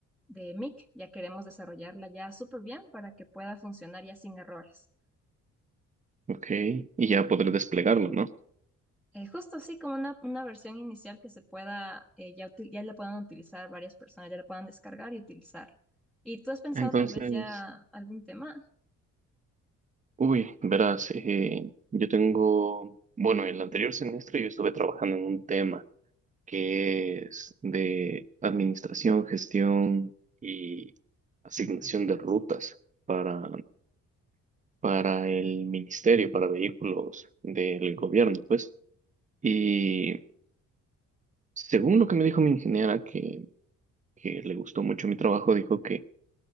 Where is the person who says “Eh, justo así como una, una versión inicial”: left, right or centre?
Centre